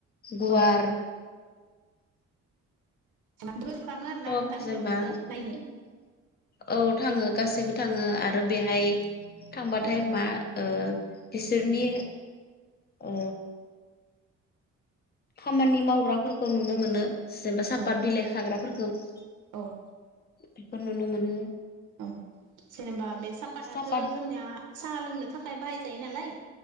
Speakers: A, on the left; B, on the right.
A: गुवार
B: औ म खालामो आरो
A: सब
B: ना नोंथां
A: जेनेबा
B: बेवहायबो नायनो
A: औ थाङो गासैबो थाङो आरो बेहाय थांबाथाय
B: औ
A: मा बिसोरनि अ खामानि मावग्राफोरखौ नुनो मोनो जेनेबा साफात
B: औ
A: बिलाइ खाग्राफोरखौ बेफोर
B: औ
A: नुनो मोनो
B: औ जेनेबा बे सापाताथ'
A: सापात
B: जोंनिया साहा लोंनो थाखाय बाहायजायो नालाय